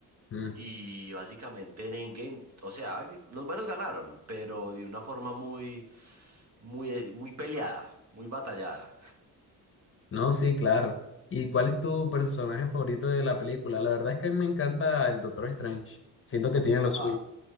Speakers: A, on the left; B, on the right.
A: Mm.
B: Y básicamente en Endgame, o sea, los buenos ganaron, pero de una forma muy, muy, muy peleada, muy batallada.
A: No, sí, claro. ¿Y cuál es tu personaje favorito de la película? La verdad es que a mí me encanta el Doctor Strange. Siento que tiene
B: Compa,
A: lo suyo.